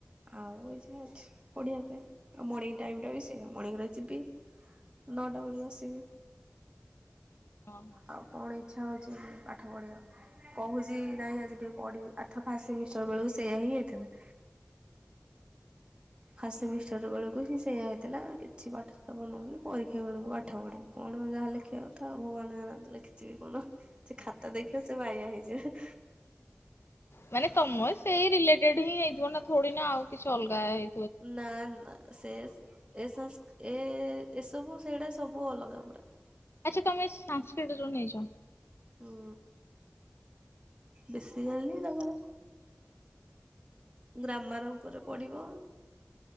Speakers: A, on the right; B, on the left.
A: ଆଉ ଏଇ ଯା ଅଛି ପଢ଼ିବା ପାଇଁ ଆଉ ମର୍ଣ୍ଣିଙ୍ଗ ଟାଇମ ଟା ବି ସେଇଆ ମର୍ଣ୍ଣିଙ୍ଗରେ ଯିବି ନଟାବେଳେ ଆସିବି।
B: ହଁ। ହଁ
A: ଆଉ କଣ ଇଚ୍ଛା ହଉଛି ପାଠ ପଢ଼ିବାକୁ। କହୁଛି ନାଇଁ ଆଜି ଟିକେ ପଢ଼ିବି ଆର ଥର ଫାଷ୍ଟ ସେମିଷ୍ଟାର ବେଳକୁ ସେୟଆ ହିଁ ହେଇଥିଲା। ଫାଷ୍ଟ ସେମିଷ୍ଟାର ବେଳକୁ ହି ସେୟଆ ହେଇଥିଲା କିଛି ପାଠ ଶାଠ ମନ ହଉନି ପରୀକ୍ଷା ବେଳକୁ ପାଠ ପଢ଼ିବି। କଣ ଯାହା ଲେଖିବା କଥା ଭଗବାନ ଜାଣନ୍ତି। ଲେଖିଥିବି କଣ ସେ ଖାତା ଦେଖିବ ସେ ବାୟା ହେଇଯିବ।
B: ମାନେ ତମର ସେଇ ରିଲେଟେଡ ହିଁ ହେଇଥିବ ନା ଥୋଡି ନା ଆଉ କିଛି ଅଲଗା ହେଇ
A: ନା ନା। ସେ ଏ ଏ ଏସବୁ ସେଇଟା ସବୁ ଅଲଗା ପୁରା।
B: ଆଚ୍ଛା ତମେ ସାଂନସକ୍ରିଟ ଜଉ ନେଇଚ।
A: ହୁଁ ବେଶି ଗଲନି <inaudible> ତାଙ୍କର ଗ୍ରାମର ଉପରେ ପଡିବ।